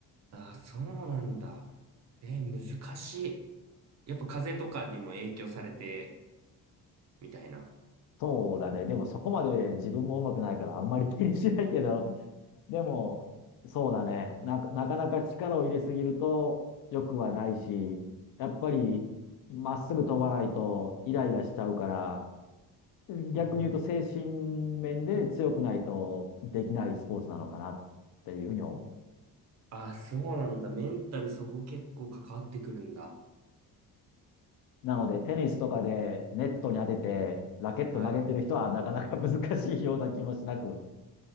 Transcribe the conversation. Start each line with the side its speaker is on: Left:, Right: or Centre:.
Right: ああ、そうなんだ。えー、難しい。やっぱ風邪とかにも影響されて、みたいな。
Left: そうだね。でもそこまで自分も上手くないからあんまり気にしないけど、でも、そうだね。なか、なかなか力を入れすぎると良くはないし、やっぱりまっすぐ飛ばないとイライラしちゃうから、逆に言うと精神
Right: あ
Left: 面で強くないとできないスポーツなのかなっていうふうに思う。
Right: あ、そうなんだ。メンタルそこ結構関わってくるんだ。
Left: なので、テニスとかでネットに当てて、ラケット投げてる人はなかなか難しいような気もしなく
Right: はい。